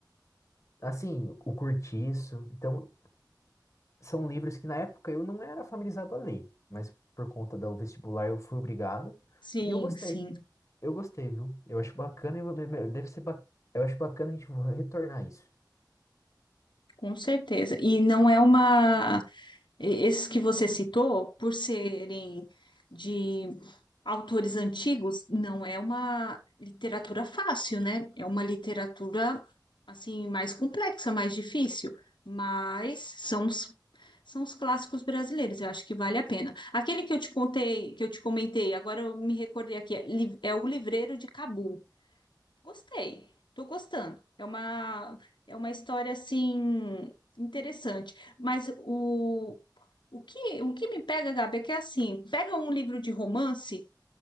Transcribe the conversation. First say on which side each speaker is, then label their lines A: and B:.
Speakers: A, on the left; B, on the left.
A: assim, O Cortiço. Então, são livros que na época eu não era familiarizado a ler, mas por conta do vestibular eu fui obrigado.
B: sim,
A: E eu gostei.
B: sim,
A: Eu gostei, viu? Eu acho bacana e eu- deve ser ba... Eu acho bacana a gente retornar isso.
B: com certeza. E não é uma. e- Esses que você citou, por serem de autores antigos, não é uma literatura fácil, né? É uma literatura, assim, mais complexa, mais difícil, mas são os, são os clássicos brasileiros, eu acho que vale a pena. Aquele que eu te contei, que eu te comentei, agora eu me recordei aqui, é Li- é O Livreiro de Cabu. Gostei, tô gostando. É uma, é uma história assim interessante. Mas o, o que, o que me pega, Gabi, é que assim, pega um livro de romance,